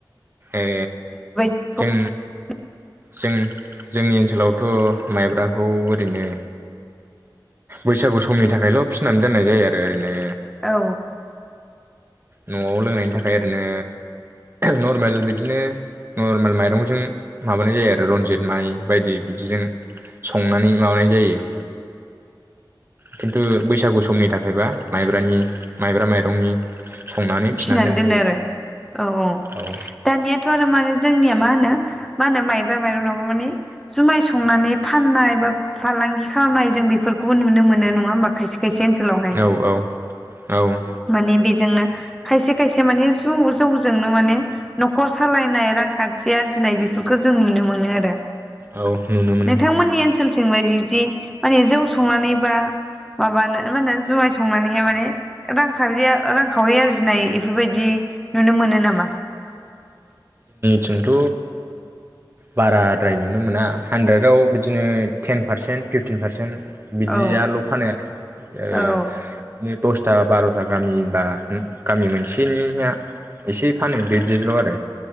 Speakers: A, on the right; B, in the centre.
A: ओ
B: <unintelligible>
A: जों जों जोंनि ओनसोलावथ' माइब्राखौ ओरैनो बैसागु समनि थाखायल' फिसिनानै दोननाय जायो आरो ओरैनो
B: औ।
A: नआव लोंनायनि थाखाय ओरैनो नर्मेल बिदिनो नर्मेल माइरंजों माबानाय जायो आरो रन्जित माइ बायदि बिदिजों संनानै माबानाय जायो। खिन्थु बैसागु समनि थाखायबा माइब्रानि माइब्रा माइरंनि संनानै
B: फिनानै
A: दोननाय
B: दोनो आरो औ औ
A: जायो
B: दानियाथ' आरो माने जोंनिया मा होनो मा होनो माइब्रा माइरंनि माने जुमाय संनानै फाननाय बा फालांगि खालामनाय जों बेफोरखौबो नुनो मोनो नङा होमबा खायसे खायसे ओनसोलावहाय
A: औ औ औ।
B: माने बेजोंनो खायसे खायसे माने जौ जौजोंनो माने नखर सालायनाय रांखान्थि आरजिनाय बेफोरखौ जों नुनो मोनो आरो।
A: औ नुनो मोनो
B: नोंथांमोननि ओनसोलथिं बायदि जे <inaudible> माने जौ संनानै बा माबानो मा होनो जुमाय संनानैहाय माने रांखावरिया रांखावरि आरजिनाय बेफोरबायदि नुनो मोनो नामा?
A: थिंथ' बाराद्राय नुनो मोना हानद्रेदाव बिदिनो टेन पारसेन्ट, फिफटिन पारसेन्ट बिदियाल'
B: औ
A: फानो आरो ओ
B: औ
A: बिदिनो दसथा बार'था गामि बा गामि मोनसेनिया एसे फानो बेबादिल' आरो